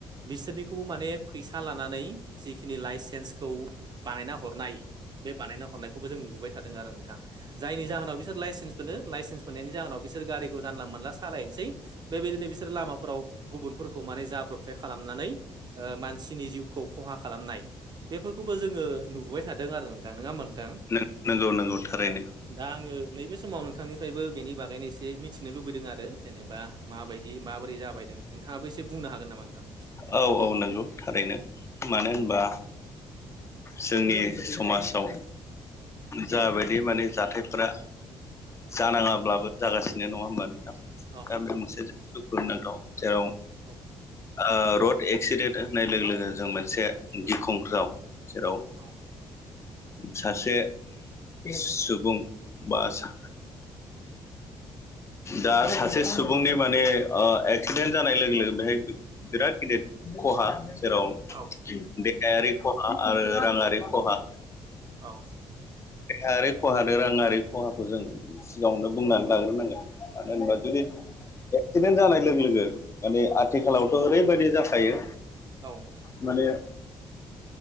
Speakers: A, on the right; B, on the left.
A: बिसोरनिखौ माने फैसा लानानै जिखि लाइसेन्च खौ बानायना हरनाय बे बानायना हरनायखौबो जों नुुबोबाय थादों आरो नोंथां। जायनि जाहोनाव बिसोर लाइसेन्स मोनो लाइसेन्स मोनायनि जाहोनाव बिसोर गारिखौ जानला मोनला सालायनोसै बेबायदिनो बिसोरो लामाफोराव गुबुनफोरखौ माने जाब्रबथाय खालामनानै ओ मानसिनि जिउखौ खहा खालामनाय बेफोरखौबो जोङो नुबोबाय थादों आरो नोंथां नोङा होमबा नोंथां
B: नों नंगौ नंगौ थारैनो।
A: औ दा आङो नैबे समाव नोंथांनिफ्रायबो बेनि बागैनो एसे मिथिनो लुबैदों आरो जेनेबा माबायदि माबोरै जाबायदों नोंथाङाबो एसे बुंनो हागोन नामा नोंथां?
B: औ औ नंगौ थारैनो मानो होनबा
A: औ
B: जोंनि समाज आव जाबायदि माने जाथायफोरा जानाङाब्लाबो जागासिनो नङा होमबा नोंथां
A: औ
B: दा बे मोनसे जोबोद दुखुुनांथाव जेराव
A: औ।
B: ओ रड एक्सिडेन्ट होननाय लोगो लोगो जों मोनसे गिख्रंथाव
A: औ
B: जेराव
A: औ
B: सासे सुबुं बा सा दा सासे सुबुंनि माने ओ एक्सिडेन्ट जा नाय लोगो-लोगो बेहाय बिराद गिदिर खहा जेराव
A: औ
B: देहायारि ख हा आरो राङारि खहा
A: औ
B: देहायारि खहाानो राङारि खहाखौ जों सिगाङावनो बुंनानै लाग्रोनांगोन। मानो होनबा जुदि एक्सिडेन्ट जानाय लोगो लोगो माने आथिखालाव ओरैबायदि जाखायो
A: औ
B: माने